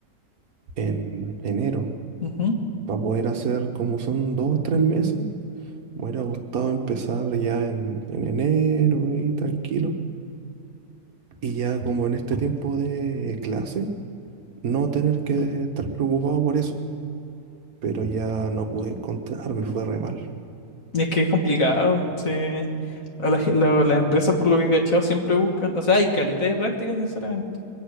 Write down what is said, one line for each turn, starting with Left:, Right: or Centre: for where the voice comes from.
Right: en enero.
Left: Ujú.
Right: Para poder hacer como son dos o tres meses. Me hubiera gustado empezar ya en, en enero, ahí tranquilo. Y ya como en este tiempo de clase, no tener que estar preocupado por eso. Pero ya no pude encontrar, me fue re mal.
Left: Y Es que es complicado. Sí. A la ge- lo- las empresas, por lo que he cachado, siempre buscan. O sea, hay calidad de práctica, sinceramente.